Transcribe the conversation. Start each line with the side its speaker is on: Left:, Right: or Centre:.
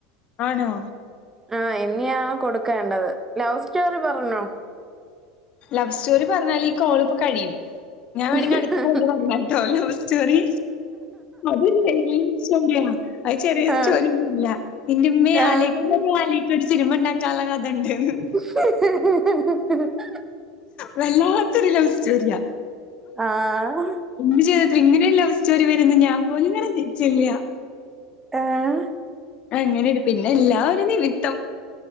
Left: ആണോ
Right: ആ ഹ് ഇനിയാണ് കൊടുക്കേണ്ടത് ലവ് സ്റ്റോറി പറഞ്ഞോ
Left: ലവ് സ്റ്റോറി പറഞ്ഞാ ഈ കോളിപ്പോ കഴിയും ഞാൻ
Right: പറഞ്ഞോ
Left: വേണമെങ്കിൽ അടുത്ത കോളിൽ പറഞ്ഞട്ടോ ലവ് സ്റ്റോറി അതില്ല ഞാൻ ചോരി അത് ചെറിയ
Right: ആഹ്
Left: ചോലിയൊന്നല്ല എന്റെറമ്മ
Right: ആഹ്
Left: ആലക്കും ആലക്ക ഒരു സിനിമ ഉണ്ടാക്കാനുള്ള കഥ ഉണ്ട്ന്ന്
Right: ഹ ഹ
Left: വല്ലാത്തൊരു ലവ് സ്റ്റോറിയ
Right: ആഹ്
Left: എന്ത് ചെയ്തട്ട ഇങ്ങനെയ ഒരു ലവ് സ്റ്റോറി വരന്ന് ഞാൻ പോലുംകരുതി ച്ചല്ല
Right: ഏഹ്
Left: അങ്ങനെണ്ട് പിന്നെ എല്ലാഒരു നിമിത്തം